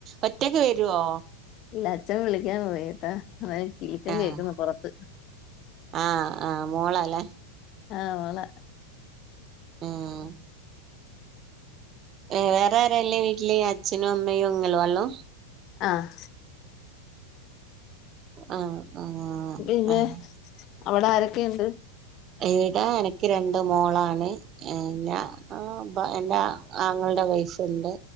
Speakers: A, on the right (about 30°); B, on the left (about 35°).
A: ഒറ്റയ്ക്ക് വരുവോ
B: ഇല്ല അച്ഛൻ വിളിക്കാൻ പോയിട്ടാ അ കിലിക്കം
A: ആഹ്
B: കേൾക്കുന്ന പൊ റത്ത്
A: ആഹ് ആഹ് മോളാല്ലേ
B: ആഹ് വള
A: ഉം ആ വേറെ ആരാള്ളെ വീട്ടില് അച്ഛനും, അമ്മയും ഉങ്ങളുള്ളു?
B: ആഹ്
A: ആഹ് ആഹ്
B: പിന്നെ
A: ആഹ്
B: അവിടെ ആരൊക്കെയുണ്ട്
A: എവിടാ എനിക്ക് രണ്ട് മോളാണ് ഞ ആ ഇപ്പം എന്റെ ആങ്ങളുടെ വൈഫ് ഉണ്ട്